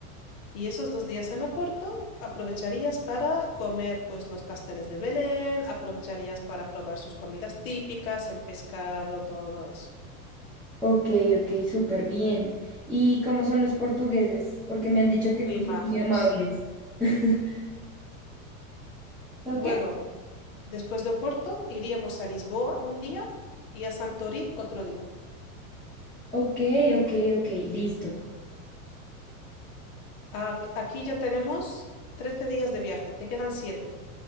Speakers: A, on the left; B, in the centre.
A: Y esos dos días en Oporto aprovecharías para comer pues los pasteles de Belén, aprovecharías para probar sus comidas típicas, el pescado, todo eso.
B: Ok, ok, súper bien. ¿Y cómo son los portugueses? Porque me han dicho
A: Muy
B: que no son
A: majos.
B: muy amables. <laughs> ¿Son
A: Luego,
B: qué?
A: después de Oporto, iríamos a Lisboa un día y a Santorín otro día.
B: Ok, ok, ok, listo.
A: A- Aquí ya tenemos 13 días de viaje, te quedan 7.